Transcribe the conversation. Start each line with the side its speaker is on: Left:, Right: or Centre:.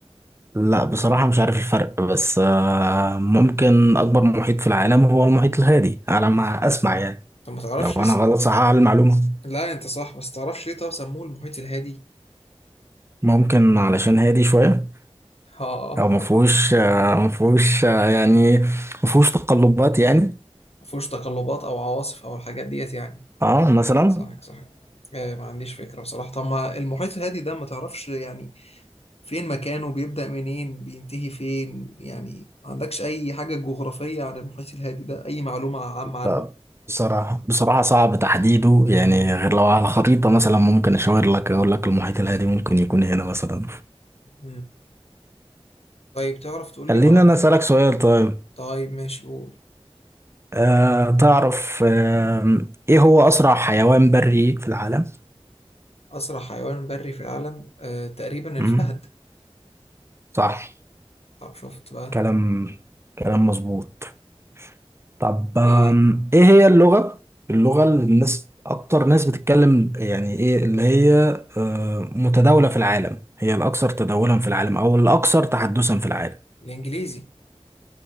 Right: لا بصراحة مش عارف الفرق بس آه ممكن أكبر محيط في العالم هو المحيط الهادي على ما أسمع يعني
Left: طب ما تعرفش
Right: لو
Left: لسه
Right: أنا غلط صحح على المعلومة
Left: لا انت صح بس تعرفش ليه طب سموه المحيط الهادي
Right: ممكن علشان هادي شوية
Left: <laughs> ها
Right: أو مفهوش آه مفهوش آه يعني مفهوش تقلبات يعني
Left: مفهوش تقلبات او عواصف او الحاجات ديت يعني
Right: اه مثلا
Left: صح صح آه ما عنديش فكرة بصراحة طب ما المحيط الهادي ده ما تعرفش يعني فين مكانه بيبدأ منين بينتهي فين يعني ما عندكش اي حاجة جغرافية عن المحيط الهادي ده اي معلومة عامة عنه
Right: لا بصراحة بصراحة صعب تحديده يعني غير لو على خريطة مثلا ممكن أشاور لك أقول لك المحيط الهادي ممكن يكون هنا مثلا
Left: مم. طيب تعرف تقول
Right: خليني
Left: لي مع...
Right: أنا أسألك سؤال طيب
Left: طيب ماشي قول
Right: أه تعرف أه ايه هو اسرع حيوان بري في العالم
Left: أسرع حيوان بري في العالم آه تقريبا
Right: مم.
Left: الفهد
Right: صح
Left: طب شفت بقى
Right: كلام كلام مظبوط طب آم،
Left: إيه
Right: ايه هي اللغة اللغة اللي الناس اكتر ناس بتتكلم يعني ايه اللي هي أه متداولة في العالم هي الاكثر تداولا في العالم او الاكثر تحدثا في العالم
Left: الإنجليزي